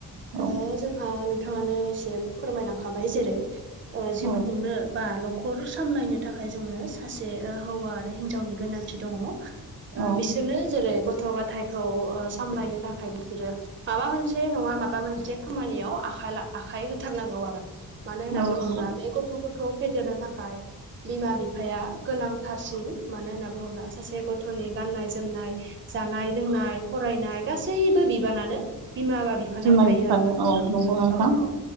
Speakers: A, on the right; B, on the right.
A: औ
B: ओ जोंहा बिथाङानो एसे फोरमायलांखाबाय जेरै जिउ
A: औ
B: खुंनो बा न'खर सामलायनो थाखाय जोंनो सासे हौवा आरो हिनजावनि गोनांथि दङ
A: औ
B: बिसोरनो जेरै गथ' गथायखौ सामलायनो थाखाय बिसोरो माबा मोनसे नङा माबा मोनसे खामानियाव आ आखाइ होथारनांगौ आरो मानो होनना
A: औ
B: बुङोब्ला
A: नंगौ
B: बे गथ'फोरखौ फेदेरनो थाखाय बिमा बिफाया गोनांथारसिन मानो होनना बुङोब्ला सासे गथ'नि गाननाय जोमनाय जानाय लोंनाय फरायनाय गासैबो बिबानानो बिमा बा बिफानाव
A: बिमा
B: थायो
A: बिफानि
B: आरोना नोंथां
A: औ नंगौ नोंथां
B: औ औ